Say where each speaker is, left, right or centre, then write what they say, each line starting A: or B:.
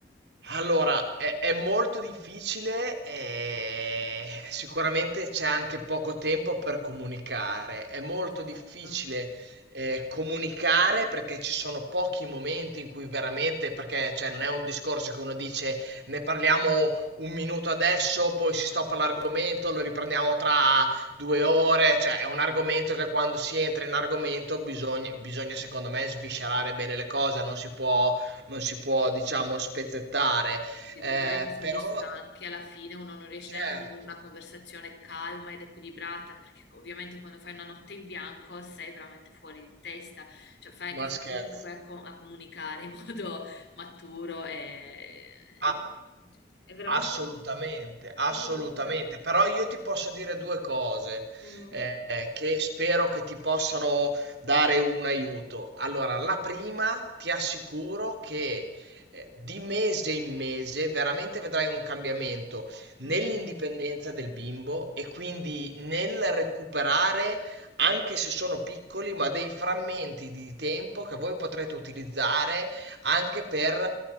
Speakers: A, on the right (about 75°); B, on the left (about 75°).
A: allora, è, è molto difficile e sicuramente c'è anche poco tempo per comunicare. È molto
B: Esatto.
A: difficile eh, comunicare perché ci sono pochi momenti in cui veramente, perché cioè, non è un discorso che uno dice ne parliamo un minuto adesso, poi si stoppa l'argomento, lo riprendiamo tra Due ore, cioè è un argomento che quando si entra in argomento bisogna, bisogna secondo me sviscerare bene le cose, non si può, non si può diciamo spezzettare.
B: Il
A: Eh,
B: problema è che essendo
A: però,
B: stanchi, alla fine uno non riesce
A: certo,
B: neanche ad avere una conversazione calma ed equilibrata, perché ovviamente quando fai una notte in bianco sei veramente fuori di testa, cioè fai anche
A: ma
B: fatica
A: scherzo.
B: poi a, co- a comunicare in <laughs> modo maturo e,
A: A-
B: e- cioè, è veramente
A: Assolutamente, assolutamente.
B: faccio troppa fatica.
A: Però io ti posso dire due cose
B: Mm.
A: eh, che spero che ti possano dare un aiuto. Allora, la prima, ti assicuro che eh, di mese in mese veramente vedrai un cambiamento nell'indipendenza
B: Mm,
A: del bimbo e quindi nel recuperare, anche se sono piccoli, ma dei frammenti di tempo che voi potrete utilizzare anche per